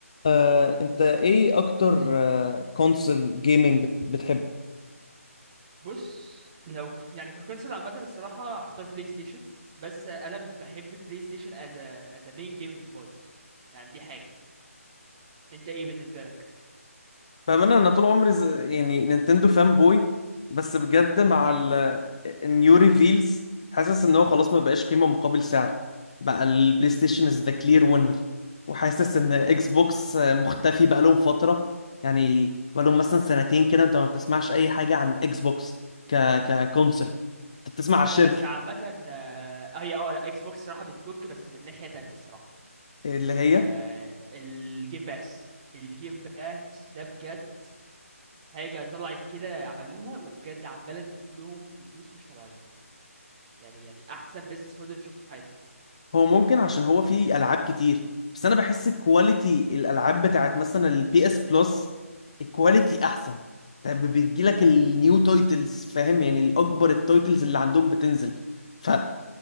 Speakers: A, on the left; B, on the right.
A: آه، انت ايه اكتر كونسول جيمنج بتحب
B: بص لو ك- يعني ككونسول عامة الصراحة هختار بلاي ستيشن بس أنا مش بحب بلاي ستيشن as a as a main gaming device يعني دي حاجة أنت إيه بالنسبة لك؟
A: بأمانة أنا طول عمري ز- يعني نينتندو فان بوي بس بجد مع
B: إيه؟
A: ال النيو ريفيلز حاسس إن هو خلاص ما بقاش قيمة مقابل سعر بقى البلاي ستيشن از ذا كلير وينر وحاسس إن إكس بوكس آه،
B: مم.
A: مختفي بقالهم فترة يعني بقالهم مثلا سنتين كده أنت ما بتسمعش أي حاجة عن إكس بوكس ك ككونسل أنت بتسمع على الشركة
B: لا بس عامة آه، هي أه لا إكس بوكس الصراحة بتكوك بس من ناحية تانية الصراحة
A: اللي هي
B: هي الجيم باس الجيم باس ده بجد حاجة طلعت كده عملوها وبجد عمالة تجيب لهم فلوس مش طبيعية يعني يعني أحسن بيزنس موديل شفته في حياتي
A: هو ممكن عشان هو فيه العاب كتير بس انا بحس كواليتي الالعاب بتاعت مثلا البي اس بلس الكواليتي احسن طب بتجيلك النيو تايتلز فاهم يعني الاكبر التايتلز اللي عندهم بتنزل ف...